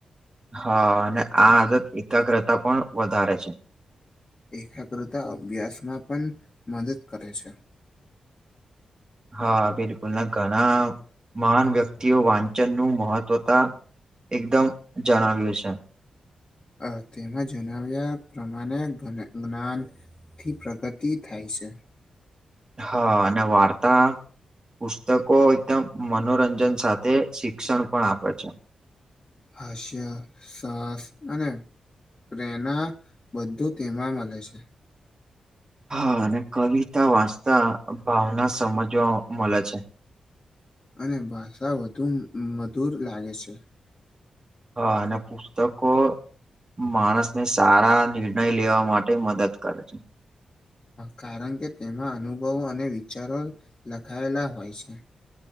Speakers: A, on the right; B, on the left.
A: હા અને આ આદત એકાગ્રતા પણ વધારે છે
B: એકાગ્રતા અભ્યાસમાં પણ મદદ કરે છે
A: હા બિલકુલ ઘણા મહાન વ્યક્તિઓ વાંચન નું મહત્વતા એકદમ જણાવ્યું છે
B: અ તેમાં જણાવ્યા પ્રમાણે જ્ઞાન થી પ્રગતિ થાય છે.
A: હા અને વાર્તા પુસ્તકો એકદમ મનોરંજન સાથે શિક્ષણ પણ આપે છે.
B: હાશિયા સાસ અને પ્રેરણા બધું તેમાં મળે છે.
A: હા અને કવિતા વાંચતા ભાવના સમજવા મળે છે.
B: અને ભાષા વધુ મધુર લાગે છે.
A: હા અને પુસ્તકો માણસ ને સારા નિર્ણય લેવા માટે મદદ કરે છે.
B: કારણ કે તેમાં અનુભવો અને વિચારો લખાયેલા હોય છે.